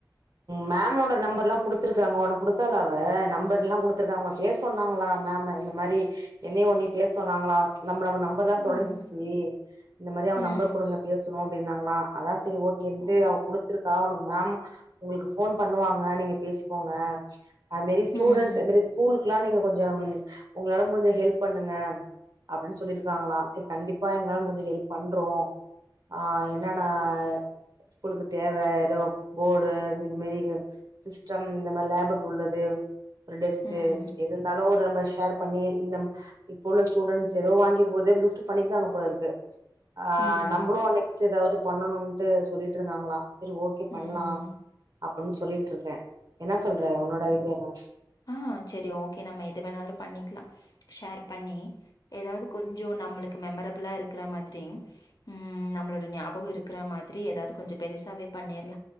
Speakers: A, on the right; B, on the left.
A: மேமோட நம்பர்ல்லா குடுத்ருக்காங்க உனக்கு குடுத்தாலா அவ நம்பர் எல்லா குடுத்தருக்காங்க பேசொன்னாங்களா மேம் இந்த மாரி என்னயு ஒன்னயு பேச சொன்னாங்களா நம்ம நம்ம நம்பர்ல்லா தொலஞ்சிருச்சு
B: ம்
A: இந்த மாரி அவ நம்பர்
B: ம்
A: கொடுங்க பேசணு அப்டின்னாங்களா அதா சரி ஓகேன்ட்டு
B: ஓ
A: அவ குடுத்திருக்கா உனக்கு மேம் உங்களுக்கு போன் பண்ணுவாங்க நீங்க பேசிப்போங்க அது மெரி ஸ்டூடண்ட்ஸ்
B: ம்
A: அது மெரி ஸ்கூலுக்குல்லா நீங்க கொஞ்ச உங்களால முடிஞ்ச ஹெல்ப் பண்ணுங்க அப்டின்னு சொல்லியிருக்காங்களா சரி கண்டிப்பா எங்களால முடிஞ்ச ஹெல்ப் பண்றோ ஆஹ் என்னன்னா ஸ்கூலுக்கு தேவ ஏதோ போடு இந்த மாதிரி இங்க சிஸ்டம் இந்த மாதிரி லேபுக்கு உள்ளது ஒரு டெஸ்க்கு
B: ம்
A: எது இருந்தாலு ஒரு நம்ம ஷேர் பண்ணி இந்த இப்ப உள்ள ஸ்டூடண்ட்ஸ் ஏதோ வாங்கி போதோ கிஃப்ட் பண்ணிருங்காங்க போல இருக்கு ஆஹ்
B: ம்
A: நம்மளு நெக்ஸ்ட் ஏதாவது பண்ணணும்ட்டு சொல்லிட்டு இருந்தாங்களா சரி ஓகே பண்ணலா
B: ம்
A: அப்டின்னு சொல்லிட்டு இருக்க என்ன சொல்ற உன்னோட ஐடியா என்ன
B: ஆஹ் சேரி ஓகே நம்ம எது வேணாலு பண்ணிக்கலா ஷேர் பண்ணி ஏதாவது கொஞ்ச நம்மளுக்கு மெம்ரபிளா இருக்குற மாதிரி ம் நம்மளோட ஞாபக இருக்கிற மாதிரி ஏதாவது கொஞ்ச பெருசாவே பண்ணிடலா